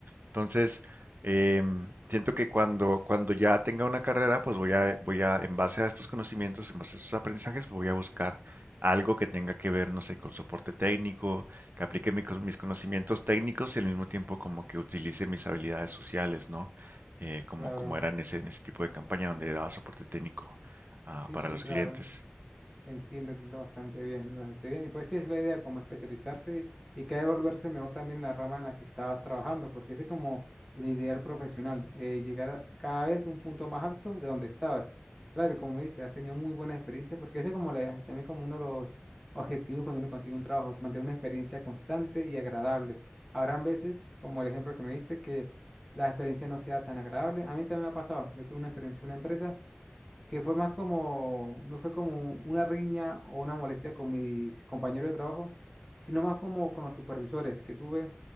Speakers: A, on the right; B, in the centre.
A: Entonces, eh, siento que cuando, cuando ya tenga una carrera, pues voy a, voy a, en base a estos conocimientos, en base a estos aprendizajes, pues voy a buscar algo que tenga que ver, no sé, con soporte técnico, que aplique mi cos- mis conocimientos técnicos y al mismo tiempo como que utilice mis habilidades sociales, ¿no? Eh, como,
B: claro
A: como era en ese, en ese tipo de campaña donde daba soporte técnico ah,
B: Sí,
A: para
B: sí,
A: los
B: claro.
A: clientes.
B: Entiendo, entiendo bastante bien, entiendo bastante bien. Y pues sí es la idea, como especializarse y que volverse mejor también en la rama en la que estás trabajando, porque ese es como el ideal profesional, eh, llegar a cada vez un punto más alto de donde estabas. Claro, como me dices, has tenido muy buena experiencia, porque ese es como la, también como uno de los objetivos cuando uno consigue un trabajo, mantener una experiencia constante y agradable. Habrán veces, como el ejemplo que me diste, que la experiencia no sea tan agradable. A mí también me ha pasado. Yo tuve una experiencia en una empresa que fue más como, no fue como una riña o una molestia con mis compañeros de trabajo, sino más como con los supervisores que tuve,